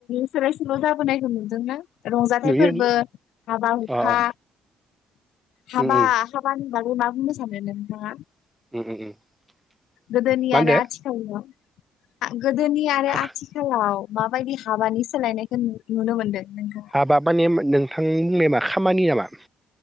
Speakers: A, on the left; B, in the centre.
A: सोलाइ सोल' जाबोनायखौ नुदोंना रंजाथाइ
B: नुयो
A: फोरबो हाबा हुखा
B: अ अ
A: हाबा
B: उम उम
A: हाबा होनबाथाय मा बुंनो सानो नोंथाङा?
B: <unintelligible>
A: गोदोनि
B: मा
A: आरो
B: होनदो
A: आथिखालनिया आह गोदोनि आरो
B: हा
A: आथिखालाव माबायदि हाबानि सोलायनायखौ नु-नुनो मोनदों नोंथाङा
B: हाबा माने नोंथांनि बुंनायमा खामानि नामा